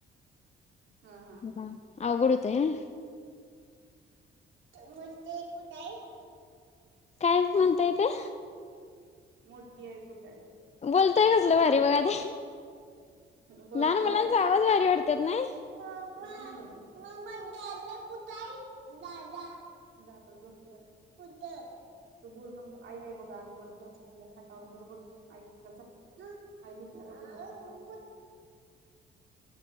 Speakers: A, on the left (about 35°); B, on the right (about 70°).
A: <inaudible>
B: हा हा
A: अवघड हुतंय
B: म ते कुठाय?
A: काय म्हणतायेत? <inaudible>
B: मोठी आई कुठ हायं?
A: बोलतय कसलं भारी बघा ते
B: बोलते
A: लहान मुलांच आवाज भारी वाटत्यात
B: हम्म.
A: नाय?
B: मग मम्मा दादा कुठ आहे दादा? दादा झोपलाय. कुठ? तू बोलू नको आई आहे बघा आत बर जा झोपल्या खाटवर बरोबर जा आई आहे का जा. आई झोपल्याका बघूया थांम.